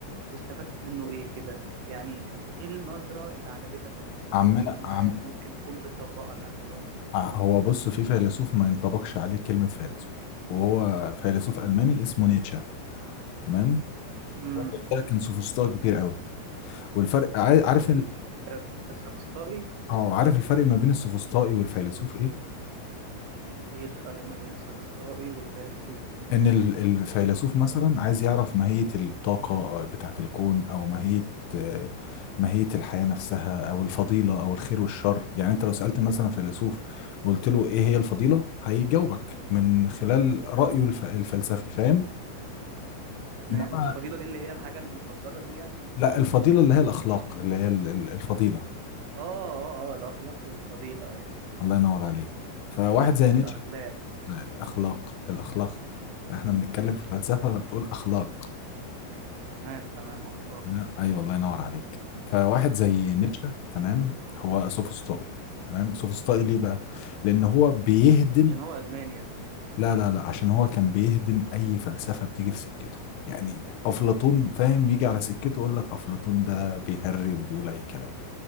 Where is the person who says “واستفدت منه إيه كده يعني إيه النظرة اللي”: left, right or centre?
Right